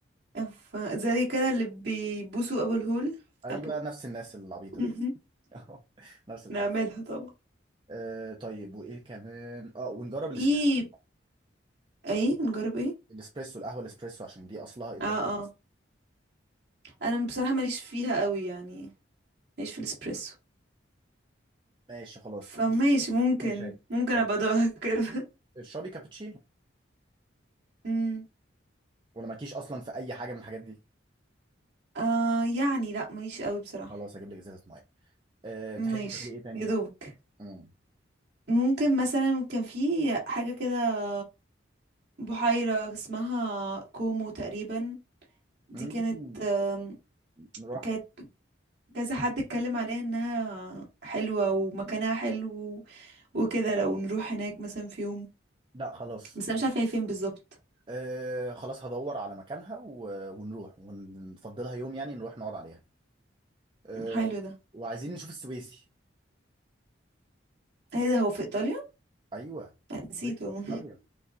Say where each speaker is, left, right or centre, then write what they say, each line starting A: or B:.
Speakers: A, on the right; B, on the right.
A: ف- زي كده اللي بيبوسوا ابو الهول
B: ايوه
A: ابو
B: نفس الناس العبيطه
A: <laughs>
B: دي <laughs> نفس الحاجه
A: نعملها طبعا
B: أه طيب وايه كمان اه ونجرب الإسبر-
A: في ايه نجرب ايه
B: الاسبريسو القهوه الاسبريسو عشان دي اصلها
A: اه اه انا بصراحة ماليش فيها قوي يعني ماليش في الاسبريسو
B: ايطالي ماشي خلاص
A: فماشي ممكن
B: اشربي شاي
A: ممكن
B: خلاص
A: ابقى ادوقها كده
B: اشربي كابتشينو
A: <laughs> امم
B: ولا مالكيش اصلا في اي حاجه من الحاجات دي
A: آه يعني لا ماليش قوي بصراحة
B: خلاص هجيب لك ازازه ميه أه
A: ماشي
B: تحبي تعملي ايه تاني
A: يا دوبك
B: امم
A: ممكن مثلا كان في حاجة كده بحيرة اسمها كومو تقريبا دي
B: امم
A: كانت آم،
B: نروح
A: كانت كذا حد اتكلم عليها انها حلوة ومكانها حلو وكده لو نروح هناك مثلا في يوم
B: لا خلاص
A: بس انا مش عارفه هي فين بالظبط
B: أه خلاص هدور على مكانها و... ونروح ونفضلها يوم يعني نروح نقعد عليها أه
A: حلو ده
B: وعايزين نشوف السويسي
A: هي ده هو في ايطاليا
B: ايوه
A: نسيته
B: السويسي
A: اهو
B: في ايطاليا